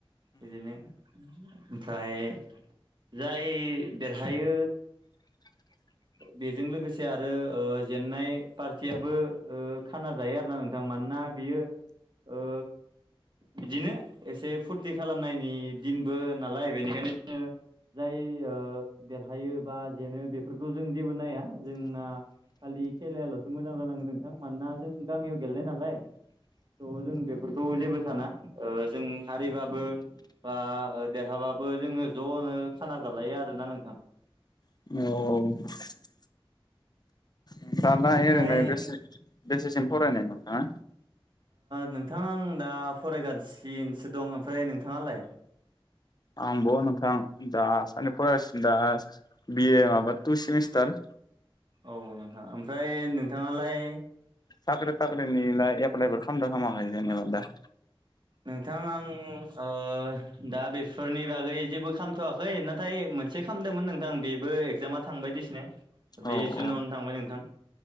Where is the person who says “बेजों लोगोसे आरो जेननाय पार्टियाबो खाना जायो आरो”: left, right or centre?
Right